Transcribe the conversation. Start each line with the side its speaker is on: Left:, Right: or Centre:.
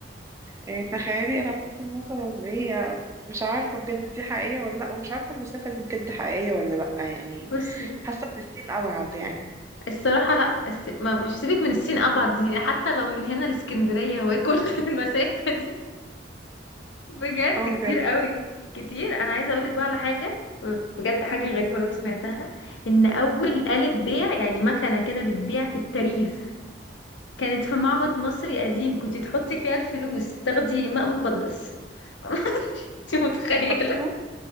Right: يعني تخيلي أنا ممكن مثلا هي مش عارفة بجد دي حقيقية ولا لأ ومش عارفة المسافة دي بجد حقيقية ولا لأ يعني
Left: <laughs> بصي
Right: حاسة إن الصين أبعد يعني
Left: الصراحة لا الس... ما مش سيبك من الصين ابعد دي حتى لو من هنا لاسكندرية هو ايه كل <laughs> المسافة دي بجد
Right: اه
Left: كتير
Right: بجد
Left: قوي كتير انا عايزه اقولك بقى على حاجه بجد حاجه غريبه قوي سمعتها ان اول آلة بيع يعني مكنه كده بتبيع في التاريخ كانت في معبد مصري قديم كنت تحطي فيها الفلوس تاخدي ماء مقدس <laughs> انت متخيله
Right: أصلا